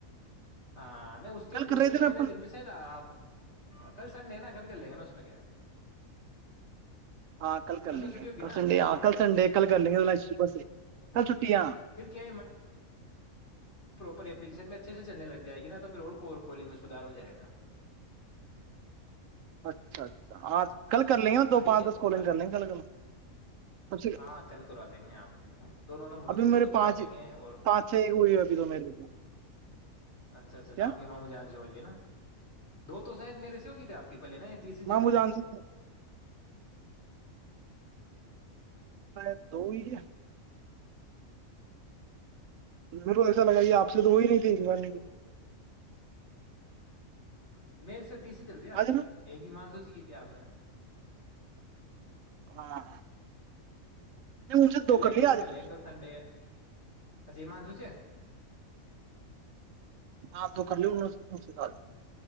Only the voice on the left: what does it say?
ہاں نہیں اس کے
اس
کے
پہلے دن بھی شاید آپ ہاں کل سنڈے نا کل کر لیں گے نا اس میں کیا
تو چھٹی
ہوگی
نا اور
کیا ہے.
پھر کیا اپلیکشن اچے سے چلنےگے جائے گی نا تو پھر کو کولنگ میں سدار ہو جائے گا
ابھی
کیا
اب
ہاں کل کروا دیں گے آپ کی دونوں نمبروں
کی
کال کروا
دیں گے اور
اچھا اچھا
اچھ آپ کی مانگوں جش لینا دو تو شاید میرے سے ہوگی تھے آپ کی پہلے نا تیسری چل
رہی
ہے
میں تیسری جلدی آپے
ایک ہی مانسو کی د آپتے ہیں
کلے
گ کل
کلے
گ کل سنڈے ہے اچھا ایمان سو چ